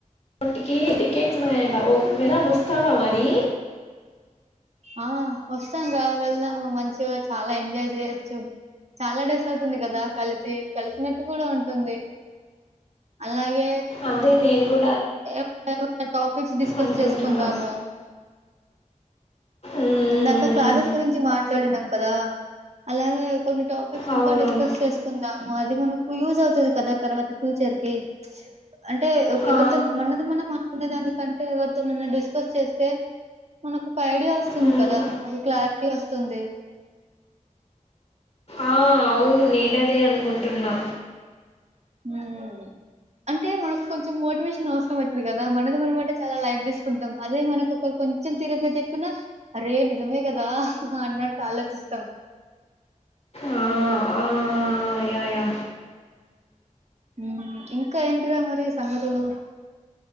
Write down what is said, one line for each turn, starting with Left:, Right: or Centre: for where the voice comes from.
Left: ఒంటికి టికెట్స్ ఉన్నాయంట వెళ్దాం వస్తావా మరి.
Right: ఆ వస్తానురా వెళ్దాము. మంచిగా చాలా ఎంజాయ్ చేయచ్చు. చాలా డేస్ అవుతుంది కదా కలిసి కలిసినట్టు కూడా ఉంటుంది, అలాగే
Left: అదే నేను కూ
Right: ఎ <inaudible> టాపిక్స్ డిస్కస్
Left: అనుకుంటున్నా
Right: చేసుకుందాము.
Left: మ్మ్.
Right: ఇందాక క్లాసెస్ గురించి మా మాట్లాడినం కదా అలానే కొన్ని టాపిక్స్
Left: అవునవును
Right: ఇంకా డిస్కస్ చేసుకుందాము అది మనం యూస్ అవుతది కదా తర్వాత ఫ్యూచర్కి అంటే ఎఎవరు
Left: ఆ,
Right: మనది మనం అనుకునే దానికంటే ఎవరితోనన్నా డిస్కస్ చేస్తే మనకు ఒక ఐడియా వస్తుంది
Left: మ్మ్.
Right: కదా ఒక క్లారిటీ వస్తుంది.
Left: ఆ, అవును నేను అదే అనుకుంటున్నా.
Right: హ్ అంటే మనకు కొంచెం మోటివేషన్ అవసరం అయితది కదా, మనది మనం అంటే చాలా లైట్ తీసుకుంటాం. అదే మనకు ఒకలు కొంచెం సీరియస్ గా చెప్పినా అరే నిజమే కదా అన్నట్టు ఆలోచిస్తాం.
Left: ఆ, ఆ, యా యా
Right: హ్ ఇంకా ఏంట్రా మరి సంగతులు.